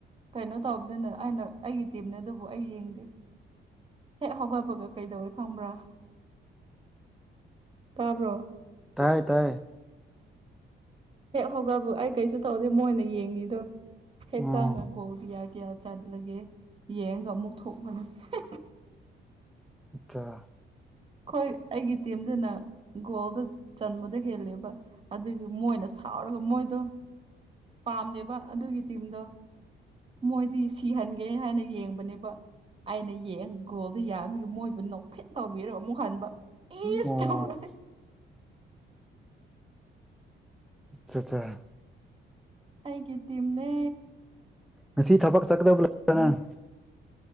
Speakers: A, on the right (about 25°); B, in the centre.
A: ꯀꯩꯅꯣ ꯇꯧꯕꯅꯤꯅ ꯑꯩꯅ ꯑꯩꯒꯤ ꯇꯤꯝꯅꯦ ꯑꯗꯨꯕꯨ ꯑꯩ ꯌꯦꯡꯗꯦ ꯍꯦꯛ ꯍꯧꯒꯠꯄꯒ ꯀꯩꯗꯧꯋꯦ ꯈꯪꯕ꯭ꯔꯥ ꯇꯥꯕ꯭ꯔꯣ
B: ꯇꯥꯏ ꯇꯥꯏ
A: ꯍꯦꯛ ꯍꯧꯒꯠꯕ ꯑꯩ ꯀꯩꯁꯨ ꯇꯧꯗꯦ ꯃꯣꯏꯅ ꯌꯦꯡꯉꯤꯗꯣ ꯍꯦꯛ
B: ꯑꯣ
A: ꯆꯪꯉ ꯒꯣꯜꯒꯤꯌꯥ ꯒꯤꯌꯥ ꯆꯜꯂꯒꯦ ꯌꯦꯡꯉꯒ ꯑꯃꯨꯛ ꯊꯣꯛꯄꯅꯦ ꯍꯦ
B: ꯑꯆꯥ
A: ꯈꯣꯏ ꯑꯩꯒꯤ ꯇꯤꯝꯗꯨꯅ ꯒꯣꯜꯗꯨ ꯆꯟꯕꯗꯣ ꯍꯦꯜꯂꯦꯕ ꯑꯗꯨꯒꯤ ꯃꯣꯏꯅ ꯁꯥꯎꯔꯒ ꯃꯣꯏꯗꯣ ꯄꯥꯝꯗꯦꯕꯥ ꯑꯗꯨꯒꯤ ꯇꯤꯝꯗꯣ ꯃꯣꯏꯗꯤ ꯁꯤꯍꯟꯒꯦ ꯍꯥꯏꯅ ꯌꯦꯡꯕꯅꯦꯕ ꯑꯩꯅ ꯌꯦꯡ ꯒꯣꯜꯗ ꯌꯥ ꯌꯨ ꯃꯣꯏꯕꯨ ꯅꯣꯛꯐꯦꯠ ꯇꯧꯕꯤꯔ ꯑꯃꯨꯛ ꯍꯟꯕ ꯏꯁ
B: ꯑꯣ
A: ꯇꯧꯔ
B: ꯑꯆ ꯆꯥ
A: ꯑꯩꯒꯤ ꯇꯤꯝꯅꯦ
B: ꯉꯁꯤ ꯊꯕꯛ ꯆꯠꯀꯕ ꯂꯩꯕ ꯅꯪ